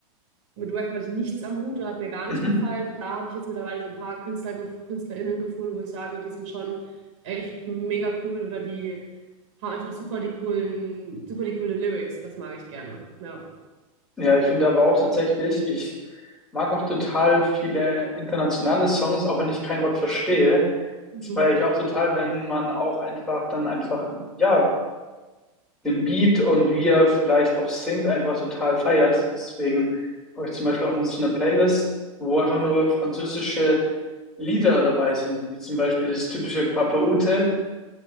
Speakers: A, on the right; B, in the centre.
A: mit Wacken hatte ich nichts am Hut, da hat mir gar nicht
B: Mhm.
A: gefallen. Und da habe ich jetzt mittlerweile so ein paar Künstler, gef- KünstlerInnen gefunden, wo ich sage, die sind schon echt mega cool oder die haben einfach super die coolen, super die coole Lyrics. Das mag ich gerne. Ja.
B: Ja, ich finde aber auch tatsächlich, ich mag auch total viele internationale Songs, auch wenn ich kein Wort verstehe.
A: Mhm.
B: Das feiere ich auch total, wenn man auch einfach dann einfach, ja, den Beat und wie er vielleicht auch singt, einfach total feiert. Deswegen habe ich zum Beispiel auch so eine Playlist, wo einfach nur französische Lieder dabei sind, wie zum Beispiel dieses typische Papa Ute.